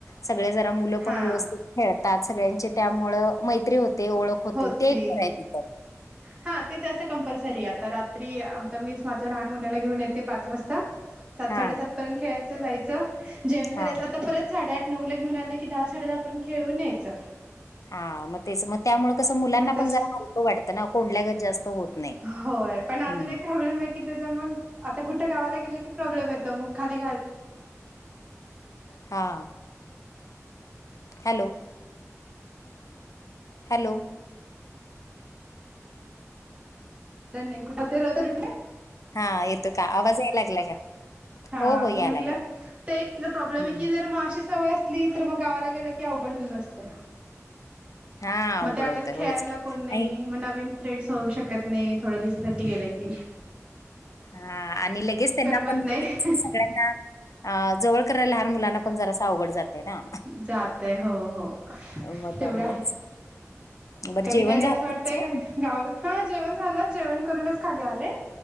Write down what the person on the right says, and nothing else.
हां
होती
हा ते तस कंपल्सरी आहे आता रात्री आता मी माझ्या लहान मुलाला घेऊन येते पाच वाजता सात
साडेसात पर्यंत खेळायचं जायचं जेवण करायचं
आता परत साडेआठ नऊ ला घेऊन आले की दहा साडे दहापर्यंत खेळू यायचं.
मग तस
होय पण अजून
एक प्रॉब्लेम आहे त्याचा मग आता कुठे गावाला गेलं की प्रॉब्लेम येतो मग खाली
<unintelligible>
हा
मग
म्हटलं
तर एक तर प्रॉब्लेम
आहे की जर मग अशी सवय असली तर मग गावाला गेलं की अवघडहून बसते.
मग
त्यावेेळेस
खेळायला
कोण नाही
मग नवीन फ्रेंड्स होऊ शकत नाही थोड्या दिवसासाठी गेलं कि
<unintelligible>
जातय हो हो
तेवढं आहे.
कधी
कधी
असं वाटतंय
का गाव हां जेवण झालं जेवण करूनच खाली आले